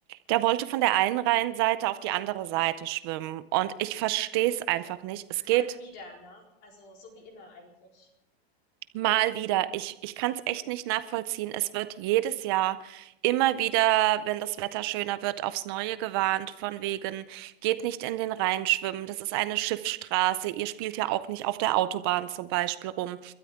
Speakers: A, on the right; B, on the left.
A: der wollte von der einen Rheinseite auf die andere Seite schwimmen. Und ich verstehe es
B: Ah
A: einfach
B: ja.
A: nicht. Es
B: Mal
A: geht,
B: wieder, ne? Also so wie immer eigentlich.
A: Mal wieder. Ich, ich kann es echt nicht nachvollziehen. Es wird jedes Jahr immer wieder, wenn das Wetter schöner wird, aufs Neue gewarnt, von wegen, geht nicht in den Rhein schwimmen. Das ist eine Schiffsstraße. Ihr spielt ja auch nicht auf der Autobahn zum Beispiel rum.